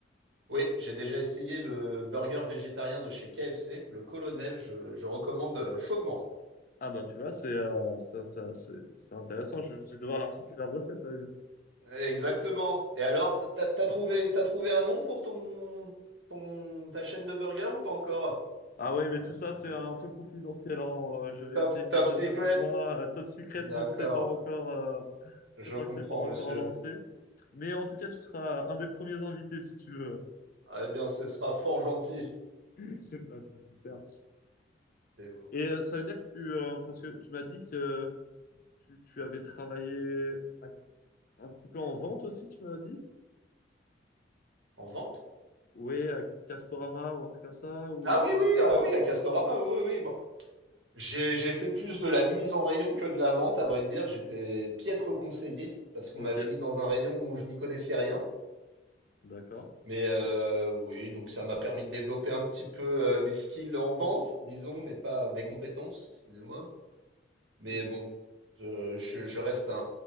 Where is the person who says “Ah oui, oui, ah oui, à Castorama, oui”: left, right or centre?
Right